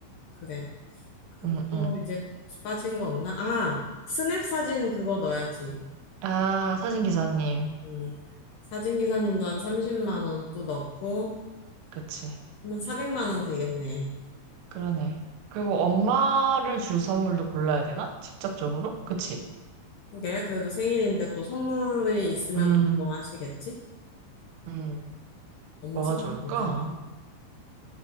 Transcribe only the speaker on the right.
음,
음.
아, 사진 기사님.
그치.
그러네. 그리고 엄마를 줄 선물도 골라야 되나? 직접적으로? 그치.
음,
음.
뭐가
좋을까?